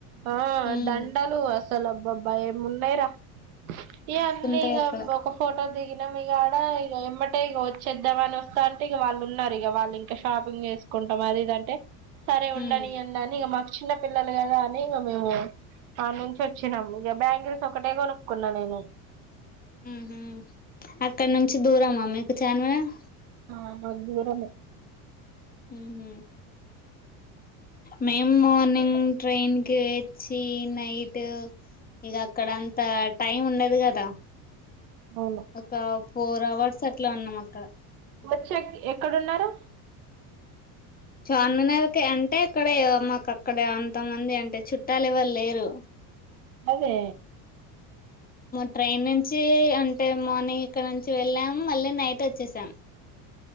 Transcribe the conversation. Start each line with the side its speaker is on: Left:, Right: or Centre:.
Right: ఆ
Left: ఉమ్
Right: దండాాలు అసలు అబ్బబ్బాయి ఎమున్నాయి రా ఇ
Left: మస్తుంటాయి
Right: అన్నీ ఇక
Left: అక్కడ
Right: ఒక ఫోటో దిగినాం ఇక ఆడ ఇక ఇమ్మటే ఇక వచ్చేద్దామని వస్తా అంటే ఇక వాళ్ళు ఉన్నారు ఇక వాళ్ళు ఇంకా షాపింగ్ చేసుకుంటాం అది ఇదంటే సరే ఉండని
Left: ఉమ్
Right: అని ఇక మాకు చిన్న పిల్లలు కదా అని ఇక మేము ఆ నుంచి వచ్చినాం ఇక బ్యాంగల్స్ ఒకటే కొనుక్కున్నా నేను
Left: ఉహ అక్కడ నుంచి దూరమా మీకు చార్మినార్
Right: ఆ మ దూరమే
Left: హహ మేము మార్నింగ్ ట్రైన్ కి వచ్చి నైట్ ఇక అక్కడ అంత టైం ఉండది కదా
Right: అవును
Left: ఒక ఫోర్ అవర్స్ అట్లా ఉన్నాం అక్కడ
Right: వచ్చే ఎక్కడున్నారు
Left: చార్మినార్కి అంటే అక్కడ మాకు అక్కడ అంతమంది అంటే చుట్టాలు ఇవళ లేరు
Right: అదే
Left: ట్రైన్ నుంచి అంటే మార్నింగ్ ఇక్కడ నుంచి వెళ్ళాము మళ్ళీ నైట్ వచ్చేసాం